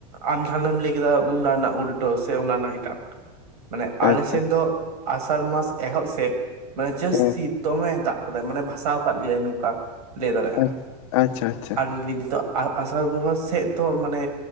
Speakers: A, on the right; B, on the left.
A: ᱟᱢ ᱡᱟᱦᱟᱸ ᱱᱟᱜ ᱮᱢ ᱞᱟᱹᱭ ᱠᱮᱫᱟ ᱚᱱᱟ ᱨᱮᱱᱟᱜ ᱩᱞᱴᱟᱹ ᱥᱮ ᱚᱱᱟ ᱨᱮᱱᱟᱜ ᱮᱴᱟᱜ ᱢᱟᱱᱮ ᱟᱞᱮ
B: ᱟᱪᱪᱷᱟ
A: ᱥᱮᱱ ᱫᱚ ᱟᱥᱟᱲ ᱢᱟᱥ ᱮᱦᱚᱵ ᱥᱮᱫ ᱢᱟᱱᱮ ᱡᱟᱹᱥᱛᱤ
B: ᱦᱮᱸ
A: ᱫᱚᱢᱮ ᱫᱟᱜ ᱠᱟᱫᱟᱭ ᱢᱟᱱᱮ ᱵᱷᱟᱥᱟᱣ ᱟᱠᱟᱫ ᱞᱮᱭᱟᱭ ᱱᱚᱠᱟ ᱞᱟᱹᱭ ᱫᱟᱲᱮᱭᱟᱜ-ᱟ
B: ᱟᱪᱪᱷᱟ ᱟᱪᱪᱷᱟ
A: ᱟᱨ ᱱᱤᱱᱛᱳᱜ ᱟᱨ ᱟᱥᱟᱲ ᱵᱚᱸᱜᱟ ᱥᱮᱫ ᱫᱚ ᱢᱟᱱᱮ